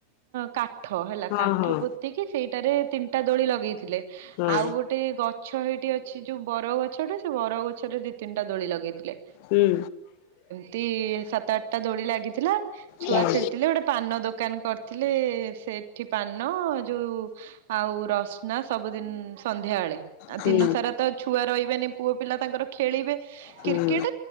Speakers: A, on the right; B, on the left.
A: କା ଠ ହେଲା
B: ହଁ
A: କାଠ
B: ହଁ
A: ପୋତିକି ସେଇଟାରେ ତିନିଟା ଦୋଳି ଲଗେଇଥିଲେ
B: ହଁ
A: ଆଉ ଗୋଟ୍ ଟେ ଗଛ ଏଇଟି ଅଛି ଯଉ ବର ଗଛଟା ସେ ବର ଗଛରେ ଦି ତିନିଟା ଦୋଳି ଲଗେଇଥିଲେ।
B: ହୁଁ।
A: ତି ସାତ ଆଠଟା ଦୋଳି ଲାଗିଥିଲା ଛୁଆ
B: ହଁ
A: ଖେଳିଥିଲେ ଗୋଟେ ପାନ ଦୋକାନ କରିଥିଲେ ସେଠି ପାନ ଯଉ ଆଉ ରସ୍ନା- ସବୁଦିନ୍ ସନ୍ଧ୍ୟାବେଳେ ଆଉ
B: ହୁଁ
A: ଦିନ ସାରା ତ ଛୁଆ ରହିବେନି ପୁଅ ପିଲା ତାଙ୍କର ଖେଳିବେ
B: ହୁଁ
A: କ୍ରିକେଟ